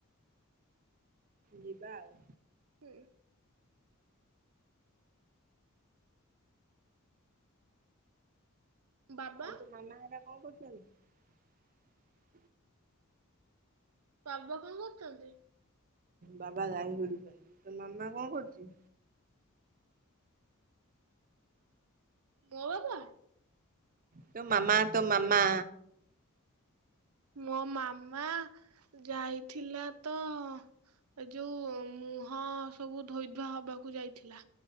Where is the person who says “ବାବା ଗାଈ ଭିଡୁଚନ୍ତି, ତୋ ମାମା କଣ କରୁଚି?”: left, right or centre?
Right